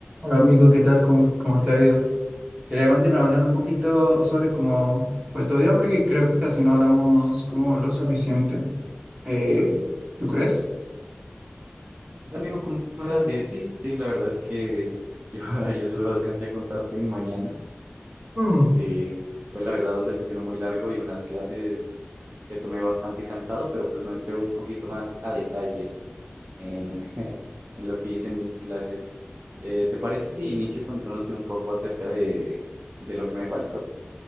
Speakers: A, on the right; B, on the right.
A: Hola amigo, ¿qué tal? ¿Cómo, cómo te ha ido? Quería continuar hablando un poquito sobre cómo fue tu día, porque creo que casi no hablamos como lo suficiente. Eh, ¿tú crees?
B: Hola amigo, ¿cómo andas? Eh, sí, sí, la verdad es que yo, <laughs> yo solo alcancé a contarte mi mañana,
A: Mm,
B: que fue la verdad un desayuno muy largo y unas clases que tomé bastante cansado, pero pues no entré un poquito más a detalle en, <laughs> en lo que hice en mis clases. Eh, ¿te parece si inicio contándote un poco acerca de, de lo que me faltó?